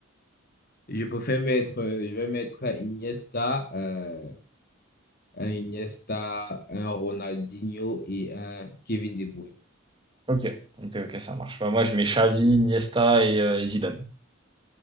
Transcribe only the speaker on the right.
Ok, ok, ok, ça marche. Bah, moi, je mets Xavi, Iniesta et, euh, et Zidane.